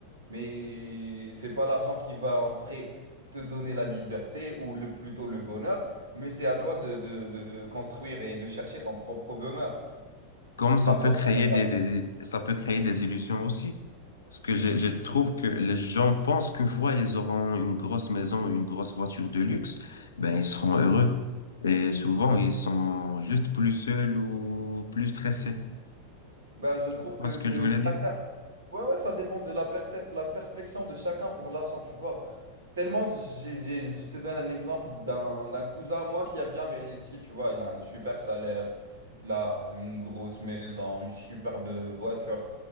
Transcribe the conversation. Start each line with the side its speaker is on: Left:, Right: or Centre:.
Right: Mais c'est pas l'argent qui va en vrai te donner la liberté ou le, plutôt le bonheur, mais c'est à toi de, de de construire et de chercher ton propre bonheur.
Left: Comme ça
Right: L'argent,
Left: peut créer
Right: ça reste
Left: des,
Right: un
Left: des- ça peut créer des illusions aussi. Parce que je, je trouve que les gens pensent qu'une fois ils auront une grosse maison, une grosse voiture de luxe, ben ils seront heureux. Et souvent, ils sont juste plus seuls ou plus stressés.
Right: Bah, je
Left: Tu
Right: trouve que,
Left: vois ce que
Right: que
Left: je voulais dire?
Right: chacun... Ouais, ouais, ça dépend de la percep- la perspection de chacun pour l'argent, tu vois. Tellement, j'ai, j'ai- je te donne un exemple d'un d'un cousin à moi qui a bien réussi, tu vois. Il a un super salaire, il a une grosse maison, une superbe voiture